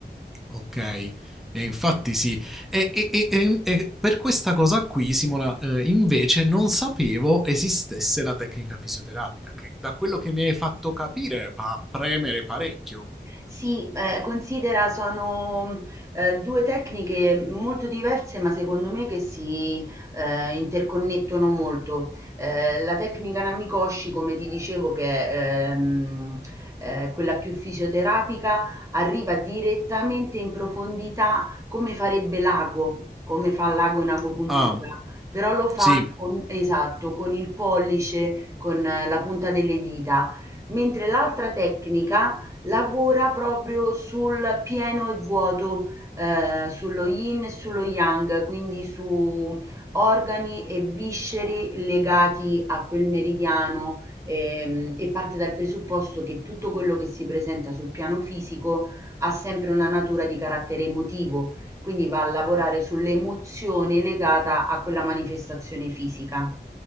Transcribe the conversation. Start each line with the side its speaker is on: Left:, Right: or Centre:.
Centre: Ok, e infatti sì. E, e- e- e per questa cosa qui, Simona, eh, invece non sapevo esistesse la tecnica fisioterapica, che da quello che mi hai fatto capire va a premere parecchio all'interno
Right: Sì,
Centre: dei...
Right: eh, considera sono eh, due tecniche molto diverse, ma secondo me che si eh, interconnettono molto. Eh, la tecnica Namikoshi, come ti dicevo, che è ehm, eh, quella più fisioterapica, arriva direttamente in profondità come farebbe l'ago, come fa l'ago in agopuntura,
Centre: Ah,
Right: però lo fa
Centre: sì,
Right: con, esatto, con il pollice, con eh, la punta delle dita, mentre l'altra tecnica lavora proprio sul pieno e vuoto, ehm, sullo yin e sullo yang, quindi su organi e visceri legati a quel meridiano, ehm, e parte dal presupposto che tutto quello che si presenta sul piano fisico ha sempre una natura di carattere emotivo, quindi va a lavorare sull'emozione legata a quella manifestazione fisica.